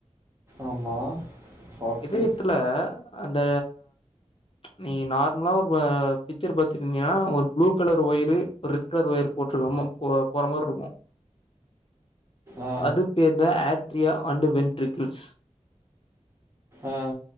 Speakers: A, on the right (about 20°); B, on the left (about 45°).
A: ஆமா ஹார்ட்டு
B: இதயத்துல அந்த நீ நார்மலா ஒரு ஆ பிச்சர் பாத்துக்கின்யா ஒரு ப்ளூ கலர் ஒயரு ஒரு ரெட் கலர் ஒயர் போட்டுருக்கம்மம் போ போற மாரி இருக்கும்
A: ஆ.
B: அது பேர்தா ஆட்ரியா அண்டு வென்ட்ரிகள்ஸ்
A: ஆ